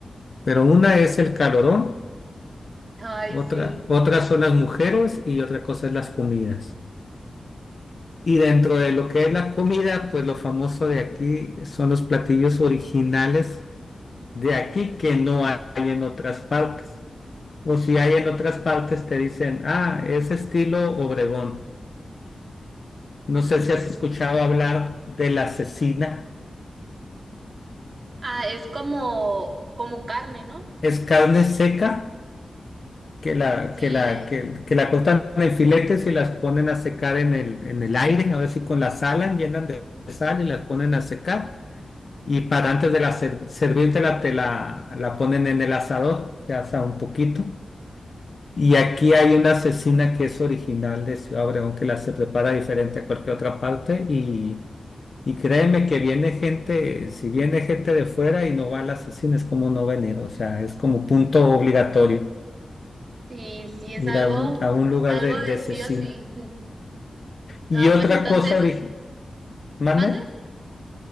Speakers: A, on the left; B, on the right.
A: pero una es el calorón,
B: Ay,
A: otra,
B: sí.
A: otra son las mujeres y otra cosa es las comidas. Y dentro de lo que es la comida, pues lo famoso de aquí son los platillos originales de aquí que no hay en otras partes. O si hay en otras partes te dicen, ah, es estilo Obregón. No
B: Mm,
A: sé si has escuchado hablar de la cecina.
B: Ah, es como, como carne, ¿no?
A: Es carne seca que la,
B: Sí,
A: que la, que, que la cortan en filetes y las ponen a secar en el, en el aire, ahora sí con la sal, llenan de sal y las ponen a secar Y para antes de la ser- servírtela, te la, la ponen en el asador, se asa un poquito. Y aquí hay una cecina que es original de Ciudad Obregón, que la se prepara diferente a cualquier otra parte. Y, y créeme que viene gente, si viene gente de fuera y no va a la cecina, es como no venir, o sea, es como punto obligatorio
B: sí, sí, es algo,
A: ir a un, a un lugar
B: algo
A: de,
B: de
A: de
B: sí
A: cecina.
B: o sí. <laughs> No,
A: Y otra
B: pues entonces,
A: cosa, origi- ¿mande?
B: ¿mande?